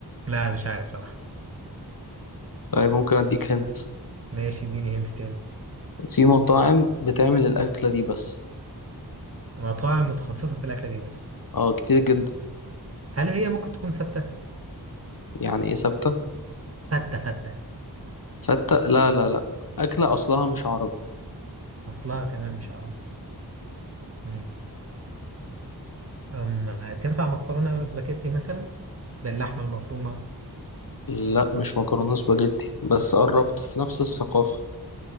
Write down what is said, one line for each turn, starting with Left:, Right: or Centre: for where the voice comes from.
Right: لا مش عارف صراحة
Left: طيب ممكن أديك هنت
Right: ماشي اديني هنت تاني
Left: في مطاعم بتعمل الأكلة دي بس
Right: مطاعم متخصصة في الأكلة دي بس
Left: أه كتير جدا
Right: هل هي ممكن تكون فتة؟
Left: يعني إيه ثابتة؟
Right: فتة فتة
Left: فتة لا لا لا أكلة أصلها مش عربي
Right: أصلها كمان مش عربي مم. أم تنفع مكرونة سباكيتي مثلا باللحمة المفرومة
Left: لا مش مكرونة سباجيتي بس قربت في نفس الثقافة